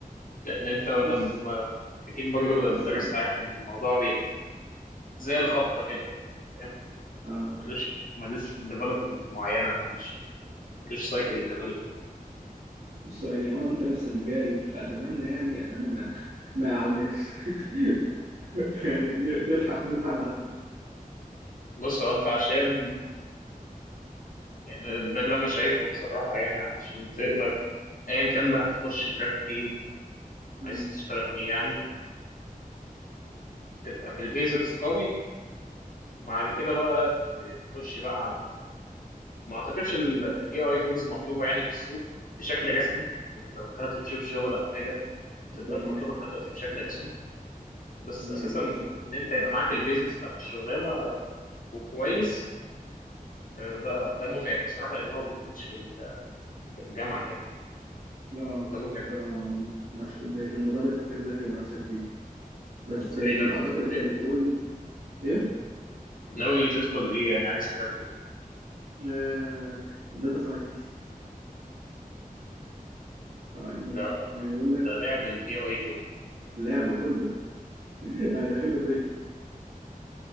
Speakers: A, on the left; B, on the right.
A: لان انت لما
B: بص
A: اكيد برضه بدل
B: بص
A: المدرس
B: يعني
A: عارف ان الموضوع بيبقى زي الخبطه كده فاهم
B: اه
A: ملوش ملوش ديفلوبمنت معينه ملوش ملوش سايكل ديفلوبمنت
B: بص يعني وانا وانت نفس المجال فاتمنى يعني اتمنى ما قعدناش <laughs> يعني ن- نلحق نلحق نعدي
A: بص هو انت عشان يعني ده اللي انا شايفه بصراحه يعني علشان تقدر ايا كان بقى هتخش تراك ايه
B: مم.
A: عايز تشتغل ايه يعني تبقى في البيزكس قوي بعد كده بقى تخش بقى على ما اعتقدش الاي اي تولز مطلوبه يعني في السوق بشكل رسمي يعني انت لو دخلت تشوف شغل او حاجه ما بتبقاش
B: زي ما
A: مطلوبه
B: عمل.
A: لحد دلوقتي بشكل رسمي بس
B: يعني
A: اساسا
B: مش
A: ان انت يبقى معاك البيزكس بتاعت الشغلانه وكويس آه، ده ده متعب بصراحه لان هو ما بيتاخدش في ال- في الجامعه يعني
B: اه
A: فده متعب قوي
B: ما مش بقت الموضوع بقت محتاج تذاكر مع نفسك فيه بس
A: انت
B: يعني
A: ايه لو
B: اعتقد
A: تدخل
B: انت
A: ايه
B: بتقول ايه
A: ناوي تدخل ايه يعني عايز تراك ايه
B: آه... داتا ساينس اه يعني
A: ده
B: مش- يعني بيقول لك
A: ده لعب الاي اي كله
B: لعبه كله <laughs> انا داخله بيكلي